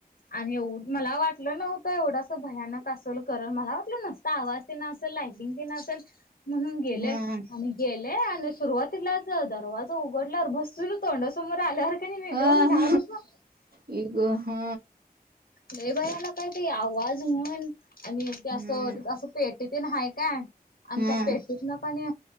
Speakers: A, on the left; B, on the right.
A: आणि मला वाटलं नव्हतं, एवढं अस भयानक असल करल मला वाटलं नसता आवाज तेन असल लायटिंग तेन असलं म्हणु गेले
B: हम्म
A: आणि गेले. आणि सुरुवातीलाच दरवाजा उघडल्यावर भसून तोंड समोर आल्यावर का नाही मी
B: हह..
A: भिऊन गारच
B: आई ग ह..
A: लई भयानक हाय ते आवाज म्हण आणि ते
B: हम्म
A: असं असं पेटी ते हाय काय.
B: हम्म
A: अनता पेटी काणी